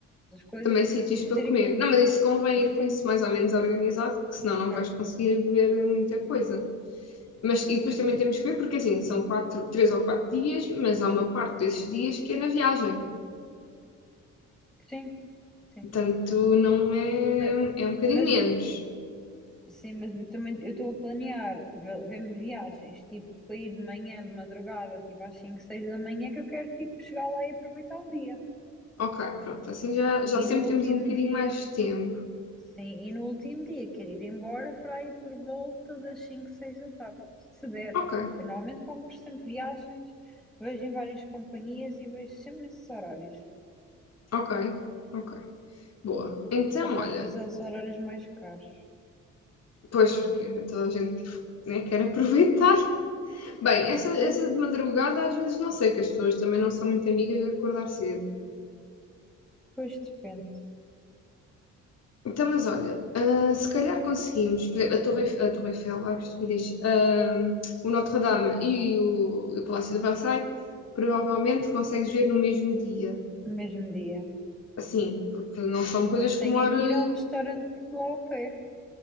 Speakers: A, in the centre; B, on the left.
A: as coisas,
B: também sítios para
A: para ter
B: comer.
A: aqui um
B: Não, mas isso convém
A: Sim,
B: ir com isso mais ou menos organizado, que senão
A: ok.
B: não vais conseguir ver muita coisa. Mas, e depois também
A: Hum.
B: temos que ver, porque assim, são quatro, três ou quatro dias, mas há uma parte desses dias que é na viagem.
A: Sim, sim.
B: Portanto, não é,
A: Ma-
B: é um bocadinho
A: Mas,
B: menos.
A: eu, sim, mas eu também eu estou a planear ve- ver-me viagens, tipo, para ir de manhã, de madrugada, tipo às 5 6 da manhã, que eu quero, tipo, chegar lá e aproveitar o dia.
B: Ok, pronto, assim já, já
A: E
B: sempre
A: no último
B: temos um bocadinho
A: dia,
B: mais de tempo.
A: sim, e no último dia quero ir embora para ir por volta das 5 6 da tarde, se der.
B: Ok,
A: Eu normalmente compro sempre viagens, vejo em várias companhias e vejo sempre nesses horários.
B: ok, ok. Boa. Então,
A: Só que
B: olha,
A: às vezes é os horários mais caros.
B: pois, porque toda a gente que- né, quer aproveitar. Bem, essa,
A: Pois,
B: essa de madrugada às vezes não sei, que as pessoas também não são muito amigas de acordar cedo.
A: pois depende.
B: Então, mas olha, ah, se calhar conseguimos, por exemplo, a Torre, Eiff- a Torre Eiffel, ai que estupidez, ah, o Notre-Dame e o, e o Palácio de Versailles, provavelmente consegues ver no mesmo dia.
A: no mesmo dia.
B: Assim, porque não são coisas que
A: Tenho
B: demoram.
A: aqui ir a um restaurante lá ao pé.